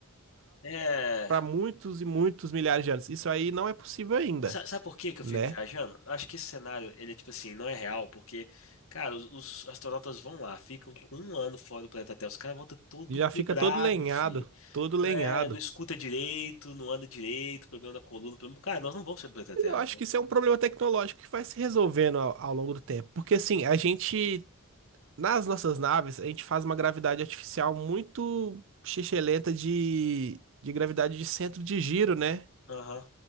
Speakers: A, on the left; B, on the right.
A: é.
B: para muitos e muitos milhares de anos. Isso aí não é possível ainda,
A: Sa- Sabe por que que eu
B: né?
A: fico viajando? Eu Acho que esse cenário, ele é tipo assim, não é real, porque, cara, os, os astronautas vão lá, ficam tipo, um ano fora do planeta Terra, os caras voltam todo
B: E já
A: quebrado,
B: fica todo lenhado,
A: fi.
B: todo lenhado.
A: É, não escuta direito, não anda direito, problema na coluna, problema... Cara, nós não vamos sair do planeta
B: Eu
A: Terra,
B: acho
A: não.
B: que isso é um problema tecnológico que vai se resolvendo ao, ao longo do tempo. Porque assim, a gente, nas nossas naves, a gente faz uma gravidade artificial muito xixelenta de, de gravidade de centro de giro, né?
A: Aham.